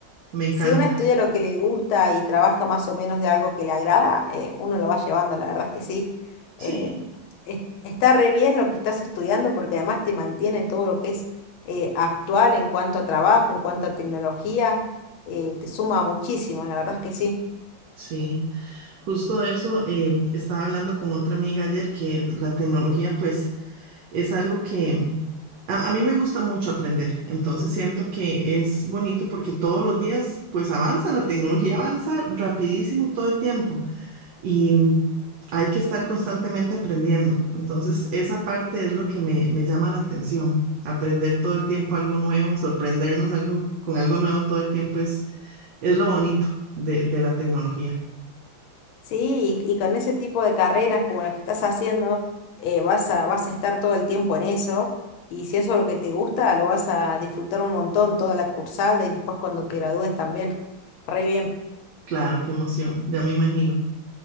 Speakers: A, on the right; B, on the left.
A: Me encanta.
B: si uno estudia lo que le gusta y trabaja más o menos de algo que le agrada, eh, uno lo va llevando, la verdad es que sí.
A: Sí,
B: Eh, es- está re bien lo que estás estudiando porque además te mantiene todo lo que es eh, actual en cuanto a trabajo, en cuanto a tecnología, eh, te suma muchísimo, la verdad es que sí.
A: sí. Justo eso, eh, estaba hablando con otra amiga ayer que la tecnología, pues, es algo que a, a mí me gusta mucho aprender. Entonces siento que es bonito porque todos los días, pues, avanza, la tecnología avanza rapidísimo todo el tiempo. y hay que estar constantemente aprendiendo. Entonces, esa parte es lo que me, me llama la atención. Aprender todo el tiempo algo nuevo, sorprendernos algo, con algo nuevo todo el tiempo es, es lo bonito de, de la tecnología.
B: Sí, y, y con ese tipo de carreras como la que estás haciendo, eh, vas a, vas a estar todo el tiempo en eso. Y si eso es lo que te gusta, lo vas a disfrutar un montón toda la cursada y después cuando te gradúes también. Re bien.
A: Claro, qué emoción, ya me imagino.